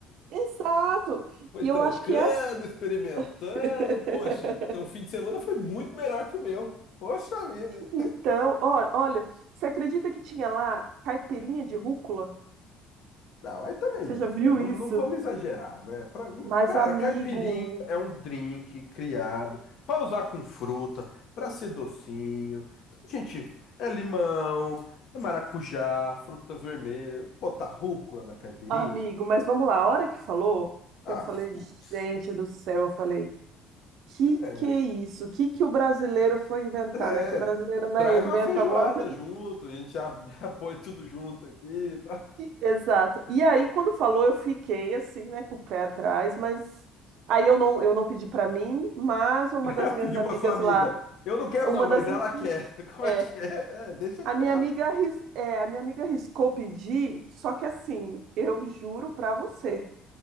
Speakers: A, on the right; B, on the left.
A: Exato.
B: <laughs> Foi
A: E eu
B: trocando,
A: acho que é ass-
B: experimentando.
A: <laughs>
B: Poxa, teu fim de semana foi muito melhor que o meu. Poxa vida.
A: Então, ó- olha, você acredita que tinha lá caipirinha de rúcula?
B: Não, aí também
A: Você
B: não,
A: já viu
B: né? Não,
A: isso?
B: não vamos exagerar, né? Pra, hum,
A: Mas
B: cara,
A: amigo,
B: caipirinha é um drink criado para usar com fruta, para ser docinho. Então, gente, é limão, é maracujá, frutas vermelhas. Botar rúcula na caipirinha?
A: amigo, mas vamos lá, a hora que falou,
B: Ah,
A: eu falei,
B: putz.
A: gente do céu, eu falei, que
B: É,
A: que é isso? Que que o brasileiro foi inventar,
B: é.
A: né? Que o brasileiro, né,
B: Traz
A: inventa
B: uma feijoada
A: uma,
B: junto, a gente já, <laughs> já põe tudo junto aqui.
A: Exato. E aí, quando falou, eu fiquei assim, né, com o pé atrás, mas aí eu não, eu não pedi para mim, mas uma das
B: <laughs>
A: minhas
B: Pediu
A: amigas
B: para sua amiga.
A: lá,
B: Eu não quero
A: uma
B: não,
A: das,
B: mas ela quer. <laughs> Como
A: é,
B: é que é? É, deixa
A: a
B: com
A: minha
B: ela.
A: amiga, ris- é, a minha amiga riscou pedir, só que assim, eu juro para você,